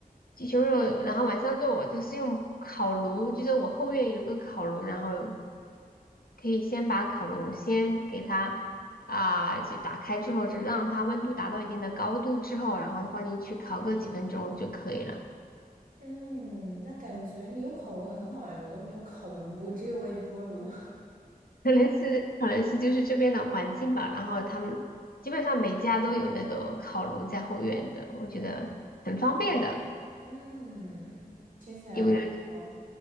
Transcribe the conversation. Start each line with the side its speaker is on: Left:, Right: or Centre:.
Left: 鸡胸肉，然后晚上做我就是用烤炉，就是我后院有个烤炉，然后可以先把烤炉先给它啊、就打开之后，就让它温度达到一定的高度之后，然后放进去烤个几分钟就可以了。
Right: 嗯，那感觉你有烤炉很好哎，我都没有烤炉，<laughs> 只有微波炉。
Left: 可能是可能是就是这边的环境吧，然后他们基本上每家都有那个烤炉在后院的，我觉得很方便的，
Right: <laughs> 嗯，听起来不错。
Left: 因为。